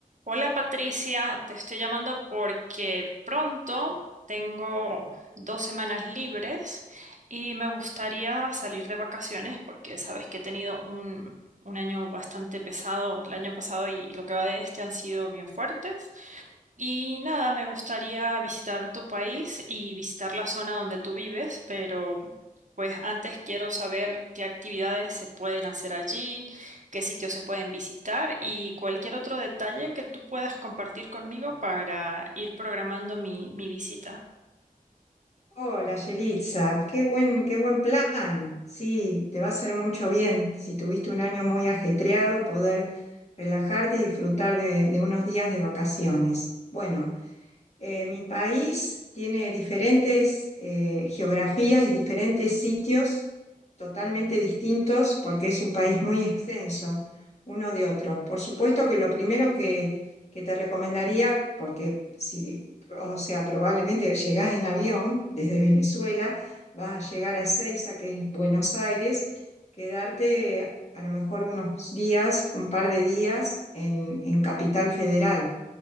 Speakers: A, on the right; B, on the left.
A: Hola Patricia, te estoy llamando porque pronto tengo dos semanas libres y me gustaría salir de vacaciones porque sabes que he tenido un, un año bastante pesado el año pasado y, y lo que va de este han sido bien fuertes y nada, me gustaría visitar tu país y visitar la zona donde tú vives, pero pues antes quiero saber qué actividades se pueden hacer allí, qué sitios se pueden visitar y cualquier otro detalle que tú puedas compartir conmigo para ir programando mi, mi visita.
B: Hola, Yelitza, qué buen, qué buen plan. Sí, te va a hacer mucho bien. Si tuviste un año muy ajetreado, poder relajarte y disfrutar de, de unos días de vacaciones. Bueno, eh, mi país tiene diferentes eh, geografías y diferentes sitios totalmente distintos porque es un país muy extenso uno de otro. Por supuesto que lo primero que, que te recomendaría, porque si, o sea, probablemente llegás en avión desde Venezuela, vas a llegar a Ezeiza, que es Buenos Aires, quedarte a lo mejor unos días, un par de días en, en Capital Federal